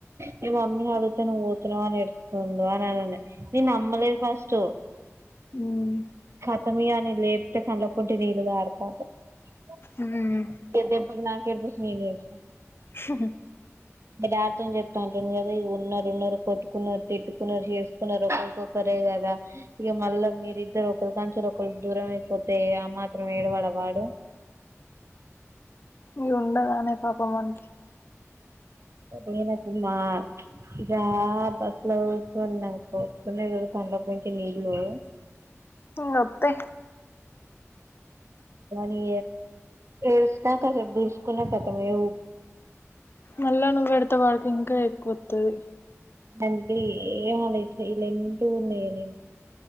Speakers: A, on the right (about 60°); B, on the left (about 45°).
A: మీ మమ్మీ గా పోతె నువ్ పోతున్నవా అని ఎడుత్తుండు, <unintelligible> నేన్ నమ్మలేదు ఫస్ట్.
B: ఉమ్
A: ఖత్తమిగా నేన్ లేపితే కల్ల పొంటి నీళ్లుగార్తానాయ్. <unintelligible>
B: ఉమ్
A: ఏడుపు చూసి నాకెడ్పొస్ నేనెద్షిన
B: హా హా
A: మి డాడ్తోని జెప్తా అంటుంది గద ఇగ ఉన్నరు ఉన్నరు కొట్టుకున్నార్, తిట్టుకున్నార్, చేసుకున్నార్ ఒకరికొకరే గదా, ఇగ మళ్ళా మీరిద్దరు ఒకరుకాన్చెలి ఒకరు దూరం అయిపోతే, ఆ మాత్రం ఏడవడ వాడు?
B: ఈ ఉండదానే పాపమ్మనకి
A: అ నే నాకు మా ఇ బస్లో చ నాకు వనే కద తండపోంచి నీళ్ళు
B: మత్తే
A: రి ఎర్స్ నా స దూర్స్కు నా త ఎ
B: మళ్ళా నువ్వు పెడతే వాడికి ఇంకా ఎక్కువ వతుది
A: అందుకే ఏమ లేస ఇలా ఎంటూ ఉన్నా నేను